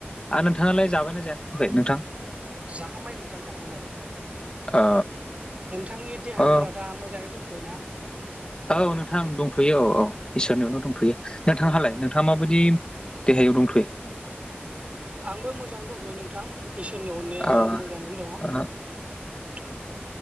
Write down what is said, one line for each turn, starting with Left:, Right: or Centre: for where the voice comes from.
Left: आरो नोंथाङालाय जाबायना जाथ'आखै नोंथां?
Right: जाखांबाय नोंथां जाखांबाय।
Left: अ
Right: नोंथांनि
Left: अ
Right: देहाफोरा दा मोजाङै दंथ'यो ना?
Left: औ नोंथां दंथ'यो औ औ इसोरनि अननायाव दंथ'यो। नोंथांहालाय नोंथाङा माबादि देहायाव दंथ'यो?
Right: आंबो मोजाङैनो दंथ'यो नोंथां। इसोरनि अननायाव
Left: अ
Right: मोजाङैनो दङ।
Left: अ